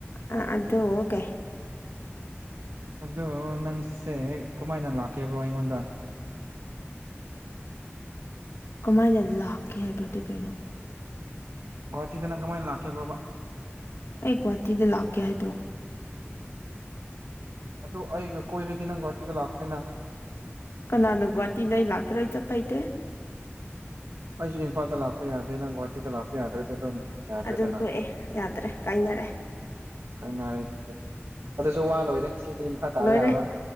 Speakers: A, on the left; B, on the right.
A: ꯑ ꯑꯗꯣꯀꯦ
B: ꯑꯗꯣ ꯅꯪꯁꯦ ꯀꯃꯥꯏꯅ ꯂꯥꯛꯀꯦꯕ꯭ꯔꯣ ꯑꯩꯉꯣꯟꯗ
A: ꯀꯃꯥꯏꯅ ꯂꯥꯛꯀꯦ ꯍꯥꯏꯕꯗꯤ ꯀꯩꯅꯣ
B: ꯒꯣꯍꯥꯇꯤꯗ ꯅꯪ ꯀꯃꯥꯏ ꯂꯥꯛꯀꯦꯕ꯭ꯔꯣꯕ
A: ꯑꯩ ꯒꯨꯍꯥꯇꯤꯗ ꯂꯥꯛꯀꯦ ꯍꯥꯏꯕ꯭ꯔꯣ
B: ꯑꯗꯨ ꯑꯩꯒ ꯀꯣꯏꯔꯗꯤ ꯅꯪ ꯒꯨꯍꯥꯇꯤꯗ ꯂꯥꯛꯀꯅꯤꯅ
A: ꯀꯅꯥꯅ ꯒꯨꯍꯥꯇꯤꯗ ꯑꯩ ꯂꯥꯛꯇꯣꯔꯥ ꯑꯩ ꯆꯠꯄ ꯍꯩꯇꯦ
B: ꯑꯩꯁꯨ ꯏꯝꯐꯥꯜꯗ ꯂꯥꯛꯄ ꯌꯥꯗꯦ ꯅꯪ ꯒꯨꯍꯥꯇꯤꯗ ꯂꯥꯛꯄ ꯌꯥꯗ꯭ꯔꯦꯗꯤ ꯑꯗꯨꯝ ꯌꯥꯗ꯭ꯔꯦꯗꯅ
A: ꯑꯗꯨꯝ ꯇꯣꯛꯑꯦ ꯌꯥꯗ꯭ꯔꯦ ꯀꯥꯏꯅꯔꯦ
B: ꯀꯥꯏꯅꯔꯦ ꯗꯨꯗꯤ ꯑꯗꯨꯁꯨ ꯋꯥ ꯂꯣꯏꯔꯦ ꯁꯤꯗꯤ ꯃꯈꯥ ꯇꯥꯕ
A: ꯂꯣꯏꯔꯦ
B: ꯌꯥꯔꯔꯣꯏ